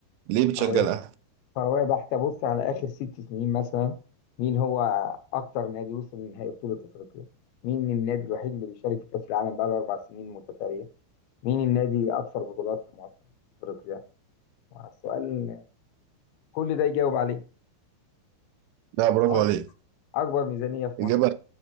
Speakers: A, on the right; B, on the left.
A: ليه بتشجع
B: كرويه
A: الاهلي
B: كرويه بحته بص على اخر ست سنين مثلا مين هو اكتر نادي وصل لنهائي بطوله افريقيا مين النادي الوحيد اللي بيشارك في كاس العالم بقاله اربع سنين متتاليه مين النادي اكثر بطولات في مصر في افريقيا السؤال كل ده يجاوب عليه
A: لا برافو
B: أك-
A: عليك
B: اكبر ميزانيه في
A: إجابة
B: مصر